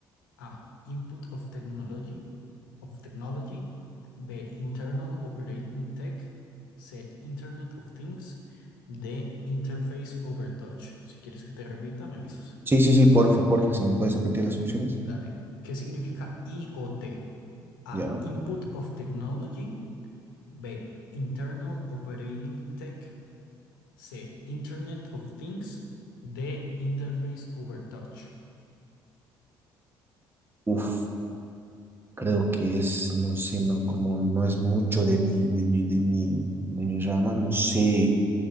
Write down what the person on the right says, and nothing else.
Sí, sí, sí, porfa, porfa, si me puedes repetir las opciones.
Ya.
Uf, creo que es, no sé, no, como no es mucho de mi, de mi, de mi, de mi rama, no sé.